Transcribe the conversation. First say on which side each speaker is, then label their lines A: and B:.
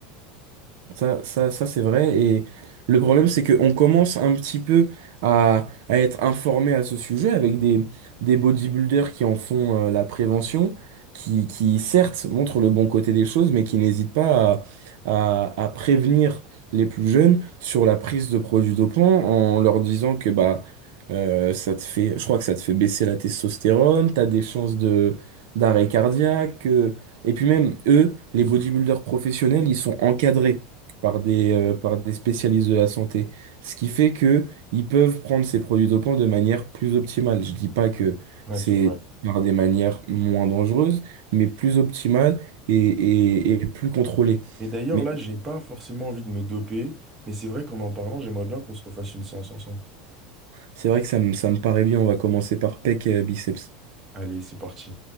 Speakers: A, on the right; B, on the right.
A: Ça, ça, ça c'est vrai. Et le problème, c'est qu'on commence un petit peu à, à être informé à ce sujet avec des, des bodybuilders qui en font euh, la prévention, qui, qui certes montrent le bon côté des choses, mais qui n'hésitent pas à, à, à prévenir les plus jeunes sur la prise de produits dopants en leur disant que bah euh, ça te fait, je crois que ça te fait baisser la testostérone, t'as des chances de d'arrêt cardiaque. euh, et puis même eux, les bodybuilders professionnels, ils sont encadrés par des, euh, par des spécialistes de la santé. Ce qui fait que ils peuvent prendre ces produits dopants de manière plus optimale. Je dis pas que
B: Ouais,
A: c'est
B: c'est vrai.
A: par des manières moins dangereuses, mais plus optimales et, et, et plus contrôlées.
B: Mais d'ailleurs,
A: Mais
B: là, j'ai pas forcément envie de me doper, mais c'est vrai qu'en en parlant, j'aimerais bien qu'on se refasse une séance ensemble.
A: c'est vrai que ça me, ça me paraît bien. On va commencer par pec euh, biceps.
B: Allez, c'est parti.